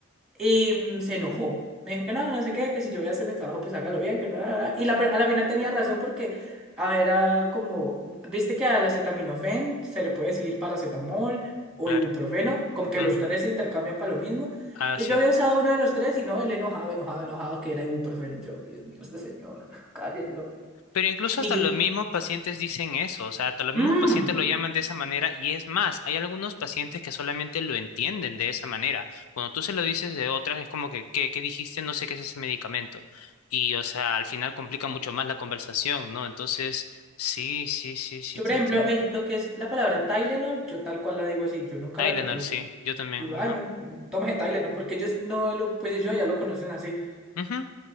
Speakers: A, in the centre; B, on the left (about 85°).
A: Y mm, se enojó. Me dijo que no, que no sé qué, que si yo voy a hacer mi trabajo, pues hágalo bien, que no, la, la, Y la pe- a la final tenía razón porque, a ver, era como, viste que al acetaminofén se le puede decir paracetamol o
B: Claro.
A: ibuprofeno, como que
B: Ujú,
A: los tres se intercambian para lo mismo.
B: Así
A: Y yo había
B: es.
A: usado uno de los tres y no, el enojado, enojado, enojado, que era ibuprofeno. Y yo, Dios mío, este señor, cállenlo.
B: Pero incluso
A: Y
B: hasta
A: yo,
B: los mismos pacientes dicen eso, o sea, hasta los
A: mmm,
B: mismos pacientes lo llaman de esa manera y es más, hay algunos pacientes que solamente lo entienden de esa manera. Cuando tú se lo dices de otras, es como que, ¿qué, qué dijiste? No sé qué es ese medicamento. Y, o sea, al final complica mucho más la conversación, ¿no? Entonces, sí, sí, sí, sí,
A: Yo,
B: te
A: por ejemplo,
B: entiendo.
A: el- lo que es la palabra Tylenol, yo tal cual la digo así, yo nunca
B: Tylenol,
A: la traduzco.
B: sí, yo también,
A: Digo,
B: ajá.
A: ah, no, tómese Tylenol, porque ellos no lo, pues ellos ya lo conocen así.
B: Ujú,